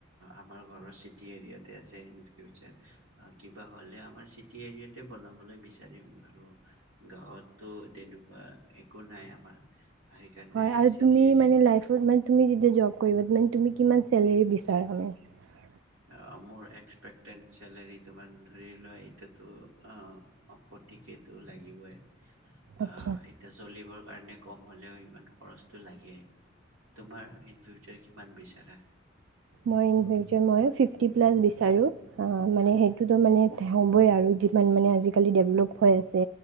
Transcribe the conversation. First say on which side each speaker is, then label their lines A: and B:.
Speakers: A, on the right (about 85°); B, on the right (about 65°).
A: আমাৰ ঘৰৰ চিটি এৰিয়াতে আছে ইন ফিউচাৰ কিবা হ'লে আমাৰ চিটি এৰিয়াতে বনাবলৈ বিচাৰিম আৰু গাঁৱতটো তেনেকুৱা একো নাই আমাৰ। সেইকাৰণে
B: হয় আৰু
A: চিটি
B: তুমি
A: এৰিয়াত
B: মানে লাইফত মা তুমি যেতিয়া জ'ব কৰিব মানে তুমি কিমান চেলেৰী বিচাৰা মানে?
A: অ', মোৰ এস্পেটত চেলাৰী তোমাৰ ধৰি লোৱা এতিয়াতো ফৰটি কে টো লাগিবই। অহ,
B: আচ্ছা
A: এতিয়া চলিবৰ কাৰণে কম হ'লেও ইমান খৰচটো লাগে, তোমাৰ ইনফিউছাৰ কিমান বিচাৰা?
B: মই সেই কাৰণে ফিফতি প্লাছ বিচাৰোহ' অ', সেইটোতে মানে হ'ব আৰু যিমান আৰু মানে ডেভলভ হৈ আছে।